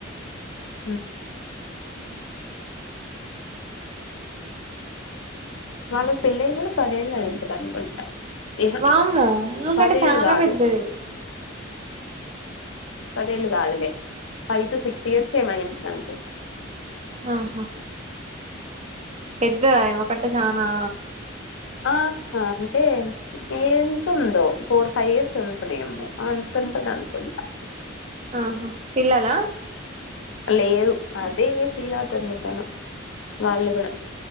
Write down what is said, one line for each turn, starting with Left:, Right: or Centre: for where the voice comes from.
Left: ఉమ్ వాళ్ళ పెళ్లై కూడా పదేళ్ళు అయి ఉంటది అనుకుంటా ఇహ
Right: వామ్మో ఈమె
Left: పదేలు
Right: కంటే చానా
Left: కాదు
Right: పెద్దది
Left: పదేళ్ళు కాదులే ఫైవ్ టు సిక్స్ ఇయర్స్ ఏ యో అయింట అనుకుంటా
Right: ఆహ పెద్ద ఒకటి చానా
Left: ఆహ అంటే ఎంతు ఉందో ఫోర్ ఫైవ్ ఇయర్స్ ఉంటదేమో అంత ఉంటది అనుకుంటా
Right: ఆహ పిల్లల
Left: లేరు, అదే ఫీల్ అవుతుంది. తను వాళ్లు కూడ